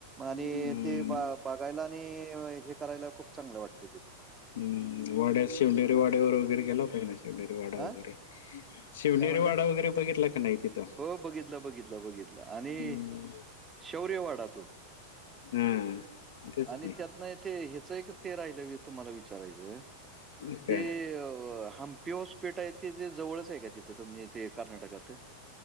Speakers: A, on the right; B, on the left.
A: आणि
B: हम्म
A: ते बा अ बघायला नी, हे करायला खूप चांगलं वाटतं तिथे.
B: हम्म वाड्यात शिवनेरी वाड्यावर वगैरे, गेला होता की नाही? शिवनेरी वाडा
A: हां,
B: वगैरे, शिवनेरी
A: काय म्हटला?
B: वाडा वगैरे, बघितला का नाही तिथं?
A: हो बघितलं, बघितलं, बघितलं, आणि
B: हम्म.
A: शौर्यवाडा तो.
B: हा तेच
A: आणि
B: की
A: त्यातन ए ते ह्याचं एक ते राहिलं तुम्हांला विचारायचं.
B: काय
A: ते हाम्पी ओस पेठ आहे ते जवळचं आहे कां? तिथं तुमजे ते कर्नाटकांत हे